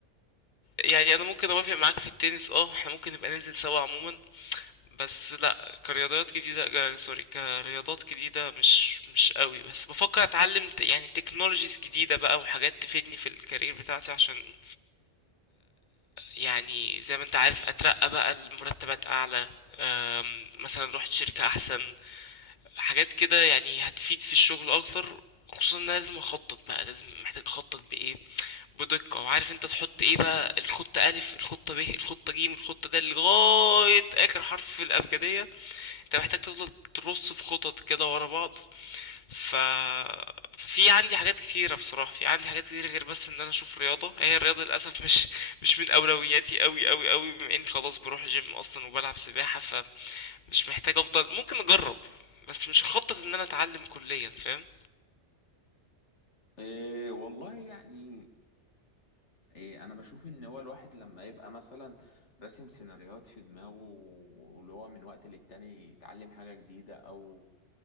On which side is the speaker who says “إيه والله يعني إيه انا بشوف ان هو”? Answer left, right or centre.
Left